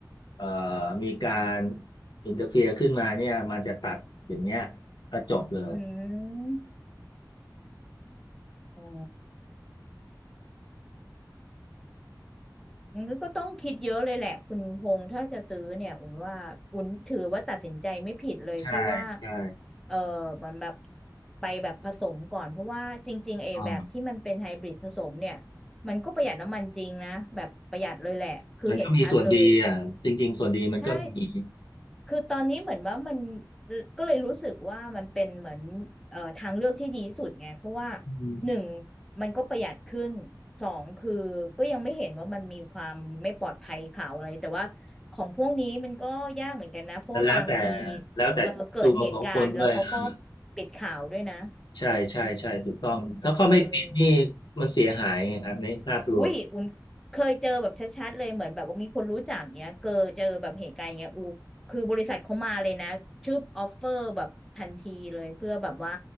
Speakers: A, on the left; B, in the centre.
A: เอ่อมีการอินเตอร์เฟียขึ้นมาเนี่ยมันจะตัดอย่างเงี้ยก็จบเลย
B: อืมอ๋อ มันก็ต้องคิดเยอะเลยแหละคุณพงษ์ถ้าจะซื้อเนี่ยอุ่นว่าอุ่นถือว่าตัดสินใจไม่ผิดเลยที่ว่า
A: ใช่ใช่
B: เออมันแบบไปแบบผสมก่อนเพราะว่าจริงๆไอ้แบบที่มันเป็นไฮบริดผสมเนี่ย
A: อ่า
B: มันก็ประหยัดน้ำมันจริงนะแบบประหยัดเลยแหละคือเห็นชัดเลย
A: มันก็มีส่วนดีอ่ะจริงๆส่วนดีมันก็มี
B: ใช่คือตอนนี้เหมือนว่ามันก็เลยรู้สึกว่ามันเป็นเหมือนเอ่อทางเลือกที่ดีที่สุดไงเพราะว่า
A: อืม
B: หนึ่งมันก็ประหยัดขึ้นสองคือก็ยังไม่เห็นว่ามันมีความไม่ปลอดภัยข่าวอะไรแต่ว่าของพวกนี้มันก็ยากเหมือนกันนะเพราะว่าบางที
A: มันแล้วแต่แล้วแต่ดวงของคนด้วยอ่า
B: เออเกิดเหตุการณ์แล้วเขาก็ปิดข่าวด้วยนะ
A: ใช่ใช่ใช่ถูกต้องถ้าเขาไม่ปิดนี่
B: เออ
A: มันเสียหายไงครับในภาพรวม
B: อุ้ยอุ่นเคยเจอแบบชัดๆเลยเหมือนแบบว่ามีคนรู้จักเนี้ยเกอเจอแบบเหตุการณ์เนี้ยอูคือบริษัทเขามาเลยนะชื่อออฟเฟอร์แบบทันทีเลยเพื่อแบบว่า